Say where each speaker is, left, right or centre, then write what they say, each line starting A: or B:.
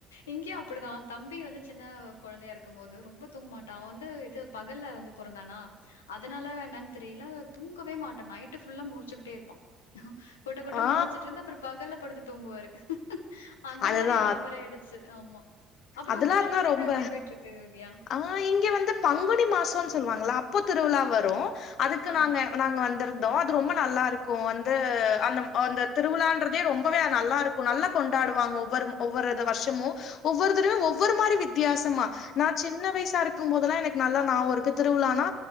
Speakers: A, on the left (about 85°); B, on the left (about 55°).
A: இங்கயு அப்புடிதா தம்பி வந்து சின்ன கொழந்தையா இருக்கும் போது ரொம்ப தூங்கமாட்டா அவ வந்து இது பகல்ல வந்து பொறந்தானா அதனால என்னன்னு தெரியுல தூங்கவே மாட்டா நைட்டு ஃபுல்லா முழுச்சுகிட்டே இருப்பா கொட்ட கொட்ட
B: ஆ
A: முழுச்சுட்டு இருந்து அப்புறோ பகல்ல படுத்து தூங்குவாரு அந்த
B: அதுதா
A: மாரி அது மாரி ஆயிடுச்சு ஆமா அப்புறோ
B: அதெல்லா
A: உங்க ஊர்லதா
B: இருந்தா
A: திருவிழா
B: ரொம்ப
A: எப்டி போயிட்ருக்கு வித்யா
B: ஆ இங்க வந்து பங்குனி மாசோனு சொல்லுவாங்களா அப்போ திருவிழா வரோ அதுக்கு
A: ஆ.
B: நாங்க நாங்க வந்துரு ந்தோ அது ரொம்ப நல்லா இருக்கோ வந்து அந்த அந்த திருவிழான்றதே ரொம்பவே நல்லா இருக்கோ கோ நல்லா கொண்டாடுவாங்க ஒவ்வோரு ஒவ்வோரு இது வர்ஷமு ஒவ்வோர்த்ரு ஒவ்வோரு மாரி வித்தியாசமா நா சின்ன வயசா இருக்கும் போதுல்லா எனக்கு நல்லா ஞாபகோ இருக்கு திருவிலானா